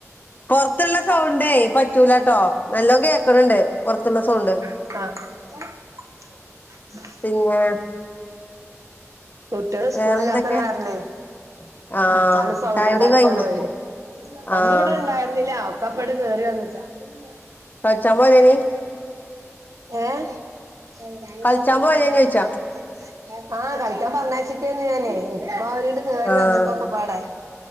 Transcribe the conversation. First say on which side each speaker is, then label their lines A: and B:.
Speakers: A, on the left; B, on the right.
A: പൊറത്തുള്ള സൗണ്ട് പറ്റുലാട്ടോ നല്ലോ കേക്കണണ്ട് പുറത്തുള്ള സൗണ്ട്.
B: ആഹ്
A: പിന്നെ
B: കുട്ട്യള് ഇസ്കൂളില്ലാത്ത
A: വേറെന്തൊക്കെ
B: കാരണെ.
A: ആഹ്
B: നല്ല സൗണ്ട്
A: ചായുടി
B: ഉണ്ടാക്കിയാണ്
A: കഴിഞ്ഞു
B: അവര്
A: ആഹ്
B: ഒന്നും ഇവിടെ ഇണ്ടായിരുന്നില്ല ഒക്ക അപ്പടി കയറി വന്ന്ക്ക ഉമ്മ
A: കളിച്ചാൻ പോയതേനി.
B: എ <unintelligible>
A: കളിച്ചാൻ പോരേനോയ്ച്ച
B: ആഹ് കളിക്കാൻ പറന്നാച്ചക്കെന് ഞാന് ഇപ്പൊ അവര് ങ്ങട് കെറി
A: ആഹ്
B: വന്ന്. പാടൊ